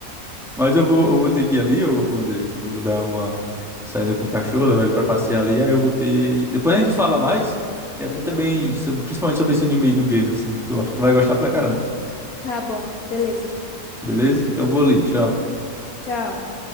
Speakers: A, in the centre; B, on the left.
A: Mas eu vou, eu vou ter que ir ali, ô, ô Andrés. Eu vou dar uma saída com o cachorro, levar ele pra passear ali. Aí eu vou ter. Depois a gente fala mais. E até
B: Uhum.
A: também, sobre- principalmente sobre esse anime aí do Gamers, né? Tu, acho que tu vai gostar pra caramba.
B: Tá bom, beleza.
A: Beleza? Então eu vou ali.
B: Uhum.
A: Tchau.
B: Tchau.